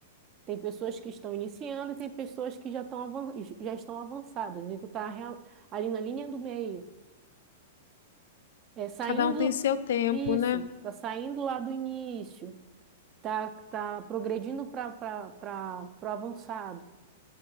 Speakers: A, on the right; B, on the left.
A: Tem pessoas que estão iniciando e tem pessoas que já estão avan- já estão avançadas. E tu tá real- ali na linha do meio. É, saindo...
B: cada um tem seu tempo,
A: Isso,
B: né?
A: tá saindo lá do início tá, tá progredindo para o avançado.